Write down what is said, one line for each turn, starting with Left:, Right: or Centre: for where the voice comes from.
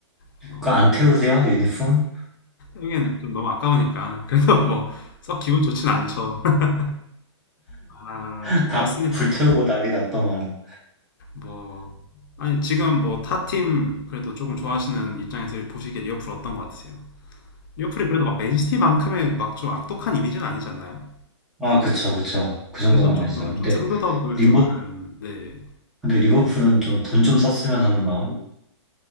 Left: 뭐,
Centre: 그거 안 태우세요? 유니폼?
Left: 여기는 좀 너무 아까우니까. 그래서 뭐, 썩 기분 좋진 않죠. <laughs> 아,
Centre: <laughs>
Left: 좀
Centre: 다
Left: 그렇습니다.
Centre: 불태우고 난리 났더만.
Left: 뭐 아니 지금 뭐 타팀 그래도 조금 좋아하시는 입장에서 보시기에 리버풀 어떤 것 같으세요? 리버풀이 그래도 막 맨시티만큼의 막 좀 악독한 이미지는 아니지 않나요?
Centre: 아, 그쵸, 그쵸. 그 정도는
Left: 그래도 조금
Centre: 아니죠.
Left: 좀
Centre: 근데
Left: 상도덕을
Centre: 리버,
Left: 좀 아는 네
Centre: 근데 리버풀은 좀 돈 좀 썼으면 하는 마음.